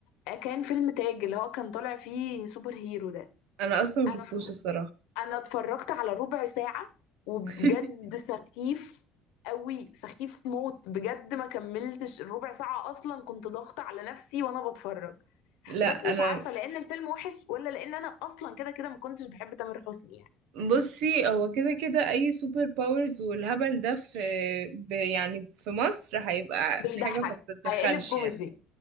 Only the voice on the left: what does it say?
آه، كان فيلم تاج اللي هو كان طالع فيه سوبر هيرو ده
انا
انا اتفرجت على ربع ساعه وبجد
سخيف قوي سخيف موت بجد ما كملتش الربع ساعه اصلا كنت ضاغطه على نفسي وانا بتفرج
بس مش
عارفه لان الفيلم وحش ولا لان انا اصلا كده كده ما كنتش بحب تامر حسني يعني
بيضحك
هيقلب كوميدي